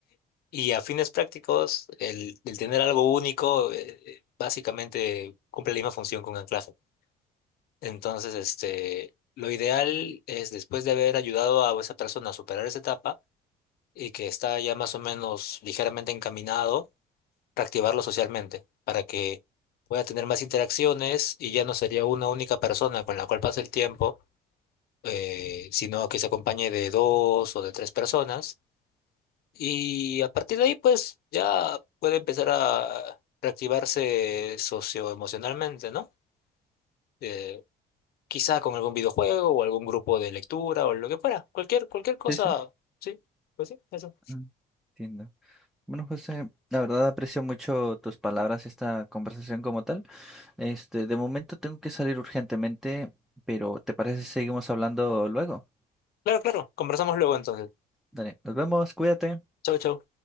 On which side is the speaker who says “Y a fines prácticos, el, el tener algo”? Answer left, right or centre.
Left